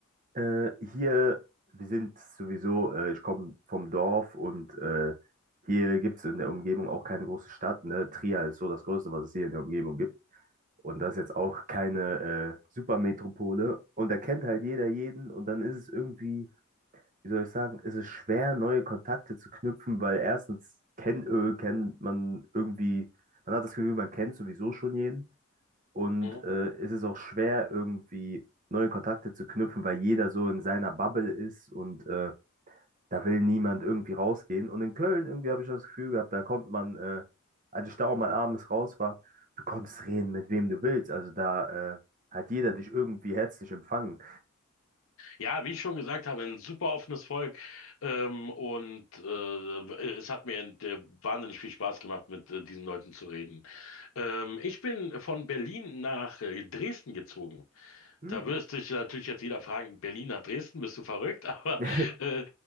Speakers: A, on the right; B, on the left.
A: äh, hier, wir sind sowieso, äh, ich komme vom Dorf und äh, hier gibt es in der Umgebung auch keine große Stadt. Ne? Trier ist so das Größte, was es hier in der Umgebung gibt. Und das ist jetzt auch keine äh, Supermetropole. Und da kennt halt jeder jeden. Und dann ist es irgendwie, wie soll ich sagen, ist es schwer, neue Kontakte zu knüpfen, weil erstens kennt, äh, kennt man irgendwie, man hat das Gefühl, man kennt sowieso schon jeden. Und
B: Mhm.
A: äh, es ist auch schwer, irgendwie neue Kontakte zu knüpfen, weil jeder so in seiner Bubble ist und äh, da will niemand irgendwie rausgehen. Und in Köln irgendwie habe ich das Gefühl gehabt, da kommt man, äh, als ich da auch mal abends raus war, du konntest reden, mit wem du willst. Also da äh, hat jeder dich irgendwie herzlich empfangen.
B: Ja, wie ich schon gesagt habe, ein super offenes Volk. Ähm, und äh, es hat mir äh, wahnsinnig viel Spaß gemacht, mit äh, diesen Leuten zu reden. Ähm, ich bin von Berlin nach äh, Dresden gezogen.
A: Hm.
B: Da wirst dich natürlich jetzt jeder fragen, Berlin nach Dresden, bist du verrückt? <laughs> Aber
A: <laughs>
B: äh, äh,